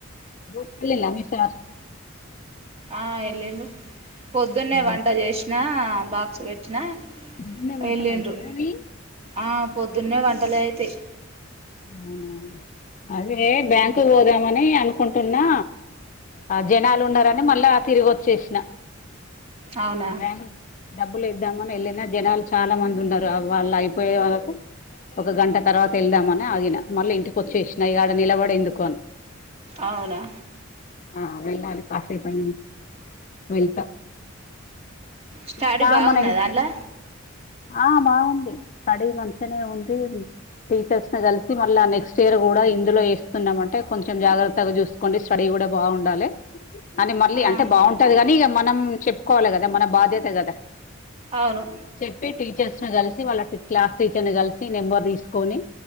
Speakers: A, on the left; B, on the right.
A: రూట్కళ మీ సార్
B: ఆ వెళ్ళిం పొద్దున్నే
A: వెళ్ళిండా
B: వంట చేసినా బాక్స్ పెట్టినా
A: పొద్దున్నే వంటలు
B: వెళ్ళిండ్రు
A: అయితాయా అవి
B: ఆ పొద్దున్నే వంటలే అయితే
A: అవునా అదే బ్యాంకు పోదామని అనుకుంటున్నా ఆ జనాలు ఉన్నారని మళ్ళా తిరిగి వచ్చేసిన
B: అవునా
A: బ్యాంగూ డబ్బులు ఇద్దామని వెళ్ళిన జనాలు చాలా మంది ఉన్నారు వాళ్ళు అయిపోయే వాళ్ళకు ఒక గంట తర్వాత వెళ్దామని ఆగిన మళ్ళీ ఇంటికి వచ్చేసినా ఈడ నిలబడే ఎందుకు అని
B: ఆవునా
A: ఆ వెేళ్ళి కాఫే పై వెయిత
B: స్టడీ
A: ఇమన
B: బాగున్నదా అలా
A: ఆ బాగుంది స్టడీ మంచిగానే ఉంది టీచర్స్ కలిసి మళ్ళీ నెక్స్ట్ ఇయర్ కూడా ఇందులో వేస్తున్నాం అంటే కొంచెం జాగ్రత్తగా చూసుకోండి స్టడీ కూడా బాగుండాలి అని మళ్ళీ
B: ఆ
A: అంటే బాగుంటది కానీ ఇక మనం చెప్పుకోవాలి కదా మన బాధ్యత కదా
B: అవును
A: చెప్పి టీచర్స్ ను కలిసి వాళ్ళ క్లాస్ టీచర్ ని కలిసి నెంబర్ తీసుకొని